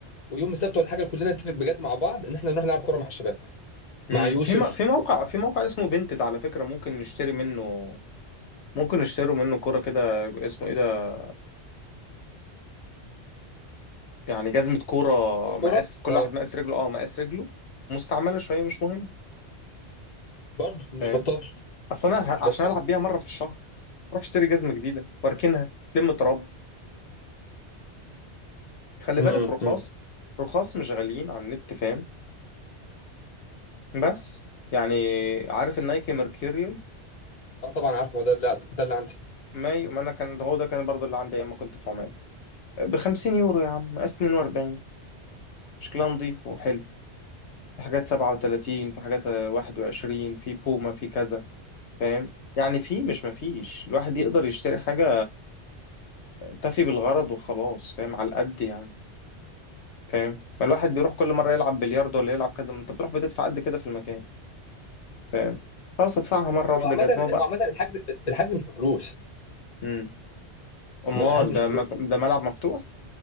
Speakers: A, on the left; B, on the left.
A: ويوم السبت ولا حاجه كلنا نتفق بجد مع بعض ان احنا نروح نلعب كوره مع الشباب
B: مم.
A: مع يوسف
B: في م... في موقع في موقع اسمه فينتد على فكرة ممكن نشتري منه ممكن يشتروا منه كوره كده اسمه ايه ده يعني جزمه كوره
A: كرة
B: مقاس
A: كورة؟
B: كل
A: اه
B: واحد مقاس رجله اه مقاس رجله مستعمله شويه مش مهم
A: برضه مش
B: فاهم
A: بطال
B: اصل انا ه-
A: مش بطال
B: عشان العب بيها مره في الشهر روح اشتري جزمه جديده واركنها تلم تراب خلي
A: امم
B: بالك رخاص رخاص مش غاليين على النت فاهم بس يعني عارف النايكي ميركوريال
A: اه طبعا عارف ما ده اللي ده اللي عندي
B: ما ي- ما انا كان هو ده كان برضو اللي عندي ايام ما كنت في عمان ب 50 يورو يا عم مقاس 42 شكلها نظيف وحلو في حاجات 37 في حاجات 21 في بوما في كذا فاهم يعني في مش مفيش الواحد يقدر يشتري حاجة تفي بالغرض وخلاص فاهم على القد يعني فاهم ما الواحد بيروح كل مرة يلعب بلياردو ولا يلعب كذا ما انت بتروح بتدفع قد كده في المكان فاهم خلاص ادفعها مرة واحدة
A: هو عامة
B: جزمة بقى
A: هو عامة الحجز الحجز مش بفلوس
B: امم امال
A: م- الحجز مش
B: ده
A: بفلوس
B: مك... ده ملعب مفتوح